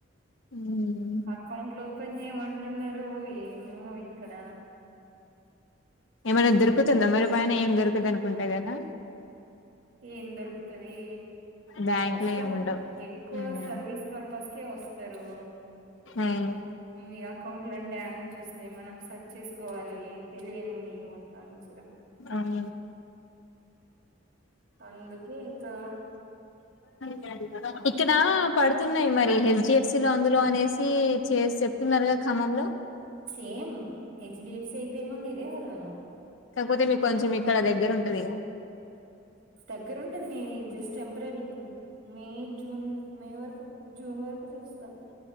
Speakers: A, on the left (about 75°); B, on the right (about 85°).
A: ఉమ్.
B: అకౌంట్లు ఓపెన్ చేయమంటున్నారు ఏమో ఇక్కడ
A: ఏమైనా దొరుకుతుందా మరి పైన ఏం దొరకదు అనుకుంటా కదా
B: ఏం దొరుకుతది
A: బ్యాంక్
B: కష్టం
A: లో ఏమి ఉండవు
B: ఎక్కువ
A: ఉమ్.
B: సర్వీస్ పర్పస్కే వస్తారు
A: అవును
B: ఈ అకౌంటు రెండు యానం అ మనం సర్చ్ చేసుకోవాలి తెలియనిది మొత్తం చిరాకు
A: అవును
B: అందుకే ఇంకా
A: అ ఇక్కడ పడుతుంది చెప్న్నయి మరి హెచ్డడిఎఫ్సి లో అందులో అనేసి చే చెప్తున్నారుగా ఖమ్మంలో
B: same H D F C అఐతే ఏమంది ఇదే కదా
A: కాకపోతే మీ కొంచెం ఇక్కడ దగ్గర ఉంటదిగా
B: దగ్గరుండి నేను జస్ట్ టెంపరీ ఇప్పుడు మే జూన్ మే వరకు జూన్ వరకు చూస్తా